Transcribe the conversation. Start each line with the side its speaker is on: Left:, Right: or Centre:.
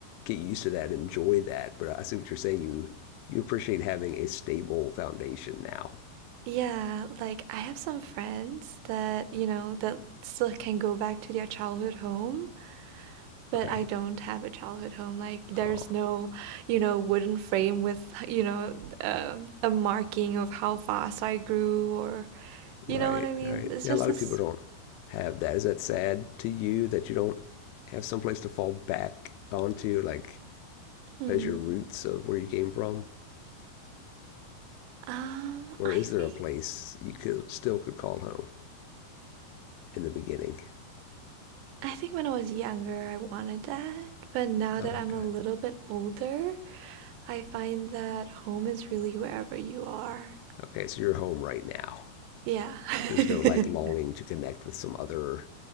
Left: get used to that, enjoy that. But I see what you're saying. You you appreciate having a stable foundation now,
Right: Yeah, like I have some friends that, you know, that still can go back to their childhood home, but
Left: right?
Right: I don't have a childhood home. Like there's
Left: Oh,
Right: no, you know, wooden frame with, you know, um, a marking of how fast I grew or,
Left: Right,
Right: you know what I mean?
Left: right.
Right: It's
Left: Yeah,
Right: just
Left: a lot
Right: this.
Left: of people don't have that. Is that sad to you that you don't have someplace to fall back onto, like
Right: Hmm.
Left: as your roots of where you came from?
Right: Um,
Left: Or
Right: I
Left: is
Right: think.
Left: there a place you could still could call home in the beginning?
Right: I think when I was younger, I wanted that. But now
Left: Oh,
Right: that I'm
Left: okay.
Right: a little bit older, I find that home is really wherever you are.
Left: Okay, so you're home right now.
Right: Yeah. <laughs>
Left: There's no like longing to connect with some other